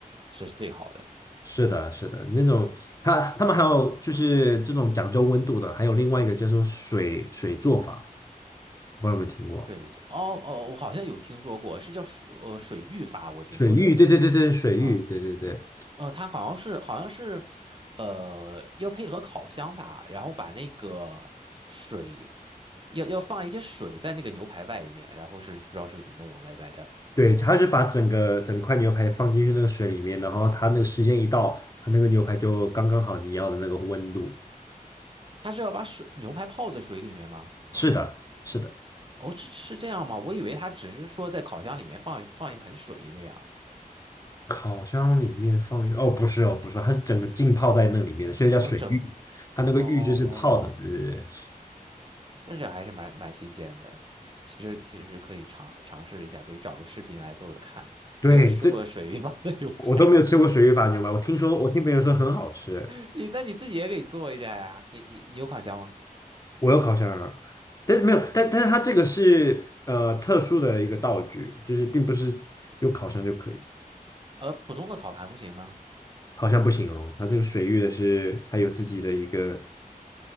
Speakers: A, on the right (about 35°); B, on the left (about 25°).
A: 是最好的。
B: 是的，是的，那种他他们还有就是这种讲究温度的，还有另外一个叫做水水做法，不知道有没有听过？
A: 对，就哦哦，我好像有听说过，是叫水呃水浴法，我听说的是，
B: 水浴，对对对对，水浴，
A: 嗯
B: 对对对
A: 嗯，它好像是好像是，呃，要配合烤箱吧，然后把那个水要要放一些水在那个牛排外面，然后是不知道是怎么弄来来着，
B: 对，他是把整个整块牛排放进去那个水里面，然后他那个时间一到，他那个牛排就刚刚好你要的那个温度。
A: 它是要把水牛排泡在水里面吗？
B: 是的，是的，
A: 哦，是是这样吗？我以为它只是说在烤箱里面放一放一盆水那样。
B: 烤箱里面放一个，哦，不是哦，不是哦它是整个浸泡在那里面的，所以叫水浴。
A: 哦，整
B: 它那个浴就是泡的，
A: 哦
B: 对对对。
A: 那这还是蛮蛮新鲜的。其实其实是可以尝尝试一下，可以找个视频来做做看。
B: 对，
A: 没有吃过水鱼麻的牛排，
B: 这我都没有吃过水煮法牛排，我听说，我听别人说很好吃，
A: <laughs> 你那你自己也可以做一下呀。你你你有烤箱吗？
B: 我有烤箱啊，但是没有，但但是它这个是呃特殊的一个道具，就是并不是用烤箱就可以，
A: 呃，普通的烤盘不行吗？
B: 好像不行哦，它这个水域的是它有自己的一个